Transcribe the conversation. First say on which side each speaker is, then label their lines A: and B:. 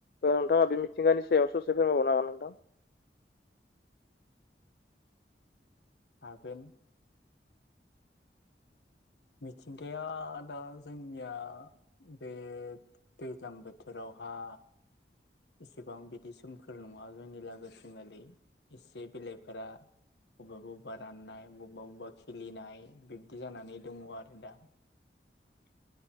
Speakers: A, on the left (about 60°); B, on the left (about 80°).
A: औ नोंथाङा बे मिथिंगानि सायाव ससे फोरमायबावनो हागोन नोंथां?
B: हागोन मिथिंगाया दा जोंनिया बे दैज्लां बोथोराव बहा <unintelligible> इसेबां बिदि सोमखोर नङा जोंनि लागो थिंगालि एसे बिलाइफोरा बबेबा बबेबा राननाय बबेबा बबेबा खिलिनाय बिब्दि जानानै दङ आरो दा।
A: <inaudible>